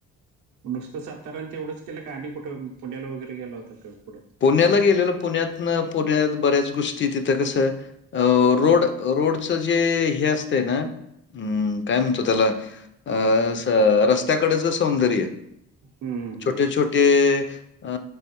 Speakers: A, on the right; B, on the left.
A: नुसतं सातारान तेवढंच केलं का आणि कुठे, पुण्याला वगैरे गेला होता का? पुढं
B: पुण्याला
A: का नाही काय
B: गेलेलं पुण्यात, पुण्यात बऱ्याच गोष्टी तिथं कस अ रोड
A: हम्म
B: रोडचं जे हे असते ना, हम्म. काय म्हणतो त्याला अ अस रस्त्याकडेच सौंदर्य
A: हम्म हम्म
B: छोटे
A: हम्म, हम्म
B: छोटे अ